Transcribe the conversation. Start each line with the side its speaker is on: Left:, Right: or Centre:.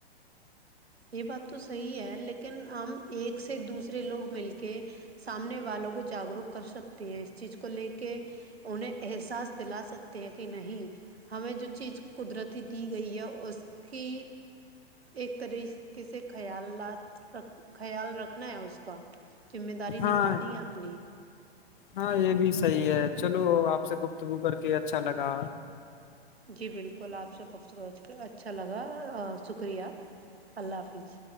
Right: یہ بات تو صحیح ہے لیکن ہم ایک سے دوسرے لوگ مل کے سامنے والوں کو جاگروک کر سکتے ہیں اس چیز کو لے کے انہیں احساس دلا سکتے ہیں کہ نہیں ہمیں جو چیز قدرتی دی گئی ہے اس کی ایک طرح کسے خیالات خیال رکھنا ہے اس کا ذمہ داری
Left: ہاں
Right: نبھانی ہے اپنی
Left: ہاں یہ بھی صحیح ہے چلو آپ سے گفتگو کر کے اچھا لگا
Right: جی بالکل آپ سے گفتگچ اچھا لگا شکریہ اللہ حافظ